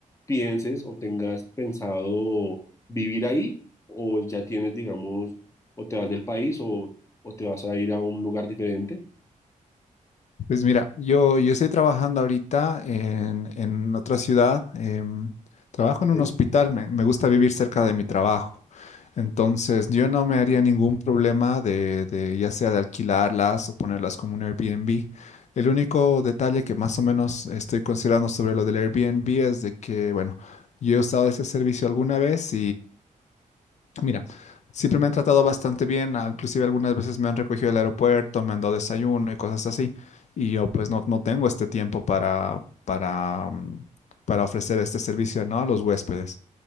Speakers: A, on the left; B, on the left.
A: pienses o tengas pensado vivir ahí o ya tienes, digamos, o te vas del país o, o te vas a ir a un lugar diferente.
B: Pues mira, yo, yo estoy trabajando ahorita en, en otra ciudad. em, trabajo
A: Ok,
B: en un hospital, me, me gusta vivir cerca de mi trabajo. Entonces, yo no me haría ningún problema de, de ya sea de alquilarlas o ponerlas como un Airbnb. El único detalle que más o menos estoy considerando sobre lo del Airbnb es de que, bueno, yo he usado ese servicio alguna vez Mira, siempre me han tratado bastante bien, ah, inclusive algunas veces me han recogido del aeropuerto, me han dado desayuno y cosas así. Y yo pues no, no tengo este tiempo para, para, mm, para ofrecer este servicio, ¿no? a los huéspedes.